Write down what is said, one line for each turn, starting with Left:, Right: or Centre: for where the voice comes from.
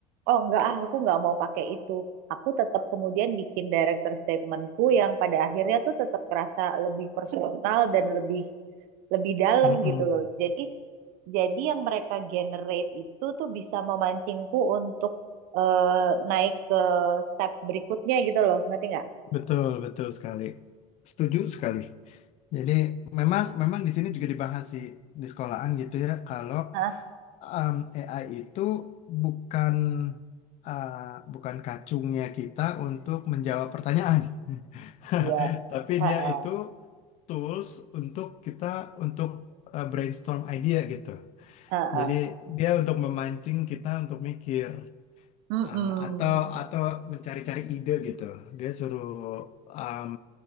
Right: oh enggak ah, aku nggak mau pakai itu. Aku tetap kemudian bikin director statementku yang pada akhirnya tuh tetap kerasa lebih personal dan lebih lebih dalam
Left: mm
Right: gitu loh. Jadi jadi yang mereka generate itu tuh bisa memancingku untuk eh, naik ke step berikutnya gitu loh, ngerti nggak?
Left: Betul, betul sekali. Setuju sekali. Jadi memang memang di sini juga dibahas sih di sekolahan gitu ya kalau
Right: Hah?
Left: um, AI itu bukan uh, bukan kacungnya kita untuk menjawab pertanyaan. <laughs>
Right: Yes.
Left: Tapi
Right: Heeh,
Left: dia itu tools untuk kita untuk eh, brainstorm idea gitu.
Right: heeh.
Left: Jadi dia untuk memancing kita untuk mikir
Right: Mm-mm.
Left: ah, atau atau mencari-cari ide gitu. Dia suruh um,